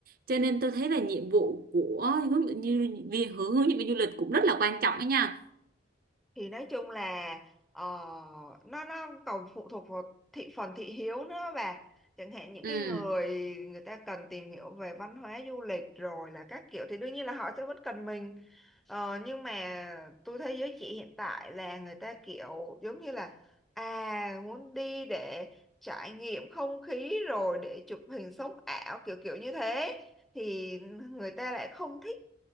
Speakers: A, on the right (about 50°); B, in the centre.
A: cho nên tôi thấy là nhiệm vụ của hướng dẫn như vì hướng hướng dẫn viên du lịch cũng rất là quan trọng đó nha
B: thì nói chung là ờ, nó nó còn phụ thuộc vào thị phần thị hiếu nữa bà chẳng hạn những
A: ừ
B: cái người người ta cần tìm hiểu về văn hóa du lịch rồi là các kiểu thì đương nhiên là họ sẽ vẫn cần mình Ờ, nhưng mà tôi thấy giới trẻ hiện tại là người ta kiểu giống như là à muốn đi để trải nghiệm không khí rồi để chụp hình sống ảo kiểu kiểu như thế thì người ta lại không thích